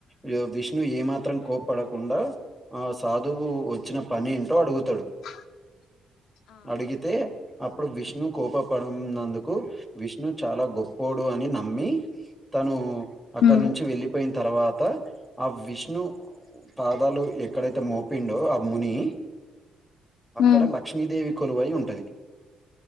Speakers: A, in the centre; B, on the left.
A: ఇగొ విష్ణు ఏమాత్రం కోప్పడకుండా ఆ సాధువు ఒచ్చిన పనేంటో అడుగుతడు
B: బ్లాంక్
A: అడిగితే అప్పుడు విష్ణు కోప పడనందుకు విష్ణు చాలా గొప్పోడు అని నమ్మి తను అక్కడ
B: ఉమ్
A: నుంచి వెళ్ళిపోయిన తర్వాత ఆ విష్ణు పాదాలు ఎక్కడైతే మోపిండో ఆ ముని అక్కడ
B: ఉమ్
A: లక్ష్మీదేవి కొలువై ఉంటది